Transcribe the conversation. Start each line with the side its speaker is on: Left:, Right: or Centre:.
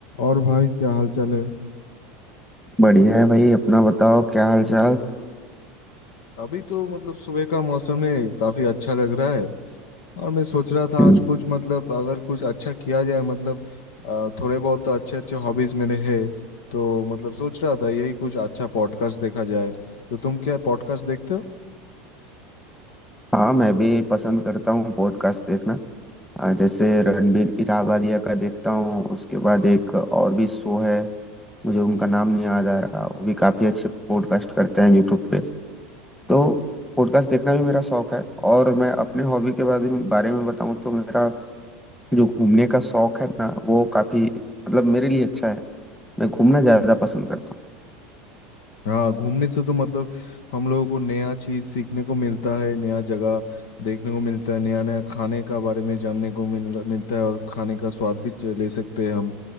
Left: और भाई क्या हाल चाल है
Centre: बढ़िया है भाई अपना बताओ क्या हाल चाल
Left: अभी तो मतलब सुबह का मौसम है काफी अच्छा लग रहा है और मैं सोच रहा था
Centre: हम्म,
Left: आज कुछ मतलब अगर कुछ अच्छा किया जाए मतलब अ, थोड़े बहुत तो अच्छे अच्छे हॉबीज मेरे हैं तो मतलब सोच रहा था यही कुछ अच्छा पॉडकास्ट देखा जाए तो तुम क्या पॉडकास्ट देखते हो
Centre: हाँ मैं भी पसंद करता हूँ पॉडकास्ट देखना आ, जैसे रणबीर इराबादिया का देखता हूँ उसके बाद एक और भी शो है मुझे उनका नाम नहीं याद आ रहा वो भी काफी अच्छे पॉडकास्ट करते हैं यूट्यूब पे तो पॉडकास्ट देखना भी मेरा शौक है और मैं अपने हॉबी के बारे में बारे में बताऊँ तो मेरा जो घूमने का शौक है ना वो काफी मतलब मेरे लिए अच्छा है मैं घूमना ज्यादा पसंद करता
Left: हाँ घूमने से तो मतलब हम लोगों को नया चीज सीखने को मिलता है नया जगह देखने को मिलता है नया नया खाने का बारे में जानने को मिल मिलता है और खाने का स्वाद भी च- ले सकते हैं हम